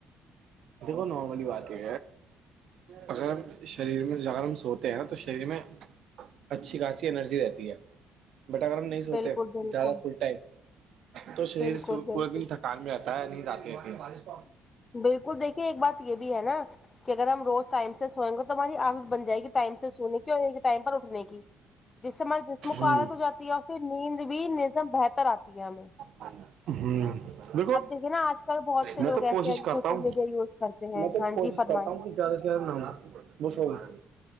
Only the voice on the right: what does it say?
دیکھو نارارملی بات ہے اگر ہم شریر میں اگر ہم سوتے ہیں نا تو شریر میں اچھی خاصی انرجی رہتی ہے بٹاگرر ہم نہیں سوتے
زیادہ فل ٹائم تو شریر
پورے
دن تھک تھکان میں رہتا ہے نیند اتی نہیں ہے
ہوں
ہوں <inaudible> دیکھو
میں
تو کوشش
کرتا
ہوں
میں تو
کوشش
کرتا ہوں کہ ٹائم پر سو جاؤں زیادہ سے زیادہ نام